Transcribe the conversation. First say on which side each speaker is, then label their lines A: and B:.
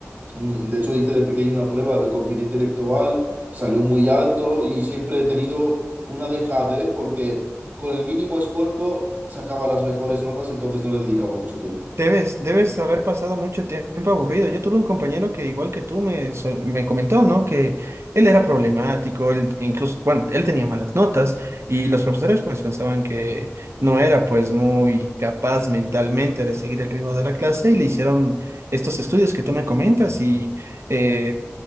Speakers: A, on the right (about 40°); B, on the right (about 60°).
A: un- de hecho hice de pequeño una prueba de coeficiente intelectual, salió muy alto y siempre he tenido una dejadez porque con el mínimo esfuerzo sacaba las mejores notas, entonces no le dedicaba mucho tiempo.
B: Debes, debes haber pasado mucho tiempo aburrido. Yo tuve un compañero que, igual que tú, me, so- me comentó, ¿no? Que él era problemático, él, incluso, bueno, él tenía malas notas y los profesores pues pensaban que no era pues muy capaz mentalmente de seguir el ritmo de la clase y le hicieron estos estudios que tú me comentas y eh,